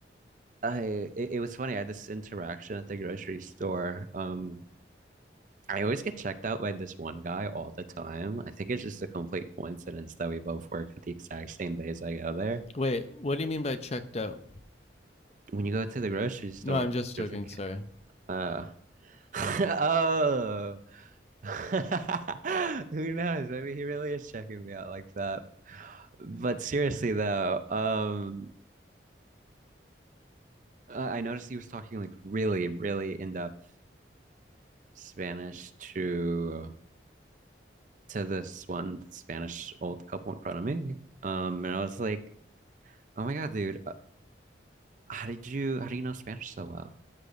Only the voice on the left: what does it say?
<laughs> Wait, what do you mean by checked out?
No, I'm just
joking.
Sorry.